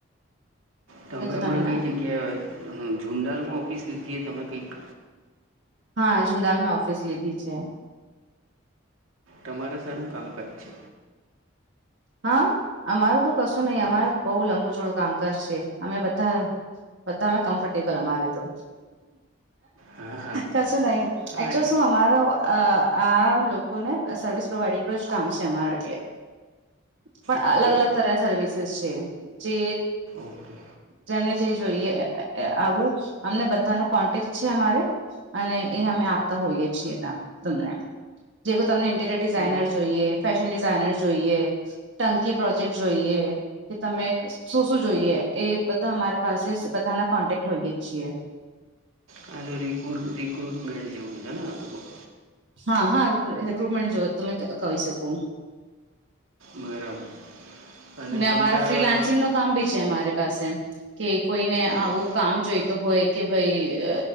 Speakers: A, on the right (about 85°); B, on the right (about 65°).
A: તમે
B: એ તો
A: હમણાં
B: તમને
A: કઈ જગ્યાએ જુંડાલમાં ઓફિસ લીધીએ તમે કંઈક?
B: હા જુનાલ મેં ઓફિસ લીધી છે.
A: તમારા સાનું કામકાજ છે.
B: હા અમારું તો કશું નહી
A: તો
B: અમાર બહુ લંબુ ચોડું કામકાજ છે અમે બધા બધામાં કમ્ફર્ટેબલ અમારે તો.
A: હા હા
B: કશું નહી
A: હા
B: એકચુ શું અમારો આ કો ને સર્વસ પ્રોવાઈડિંગ જ કામ છે અમારા એટલે. પણ
A: ઓકે
B: અલગ અલગ તરની સર્વિસેસ છે, જે
A: ઓકે
B: જેમને જે જોઈએ આવું અમને બધાનો કોન્ટેક્ટ છે અમારે. અને એ અમે આપતા હોઈએ છીએ ત્યા તમને. જેવું તમને ઇન્ટીરિયર
A: ઓકે
B: ડિઝાઇનર જોઈએ ફેશન ડિઝાઇનર જોઈએ ટંકી પ્રોજેક્ટ જોઈએ. કે તમે શું શું જોઈએ એ બધા અમારી પાસે બધાના કોન્ટેક્ટ હોઈએ છીએ.
A: હા રિકુર રિક્રુટમેન્ટ જેવું છે ને આખું કોક.
B: હા હા રિક્રુટમેન્ટ ને જો તમે કહી શકો.
A: બરાબર અને
B: ને
A: તમારા
B: અમારા ફ્રીલાન્સિંગ નું કામ ભી છે, અમારી પાસે. કે કોઈને
A: ઓકે
B: આવું કામ જોઈતો હોય કે ભઈ અ